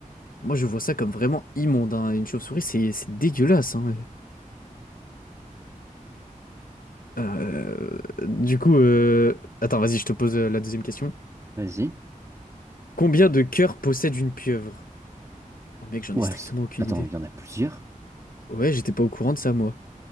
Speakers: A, on the left; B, on the right.
A: Moi, je vois ça comme vraiment immonde, hein. Une chauve-souris, c'est c'est dégueulasse, hein. Euh, du coup, euh, attends, vas-y, je te pose euh, la deuxième question.
B: Vas-y.
A: Combien de cœurs possède une pieuvre? Oh mec, j'en
B: Ouais,
A: ai strictement
B: c-
A: aucune
B: attends,
A: idée.
B: il y en a plusieurs.
A: Ouais, j'étais pas au courant de ça, moi.